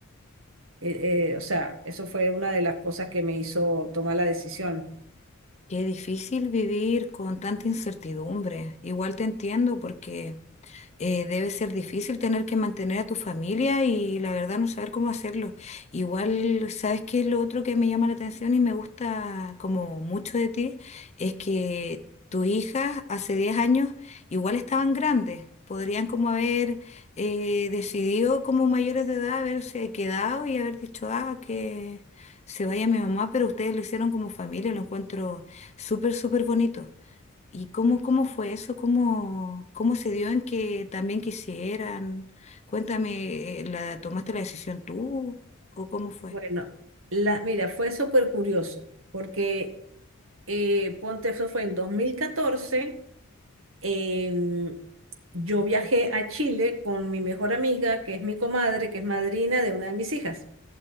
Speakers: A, on the right (about 70°); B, on the left (about 30°).
A: Eh, eh, o sea, eso fue una de las cosas que me hizo tomar la decisión.
B: Qué difícil vivir con tanta incertidumbre. Igual te entiendo porque... eh, debe ser difícil tener que mantener a tu familia y la verdad no saber cómo hacerlo. Igual, ¿sabes qué es lo otro que me llama la atención y me gusta como mucho de ti? Es que tus hijas hace 10 años igual estaban grandes. Podrían como haber eh, decidido como mayores de edad haberse quedado y haber dicho, ah, que se vaya mi mamá, pero ustedes lo hicieron como familia, lo encuentro súper, súper bonito. ¿Y cómo, cómo fue eso? ¿Cómo, cómo se dio en que también quisieran? Cuéntame, eh, ¿la tomaste la decisión tú o cómo fue?
A: Bueno, la, mira, fue súper curioso, porque eh, ponte, eso fue en 2014. em, yo viajé a Chile con mi mejor amiga, que es mi comadre, que es madrina de una de mis hijas.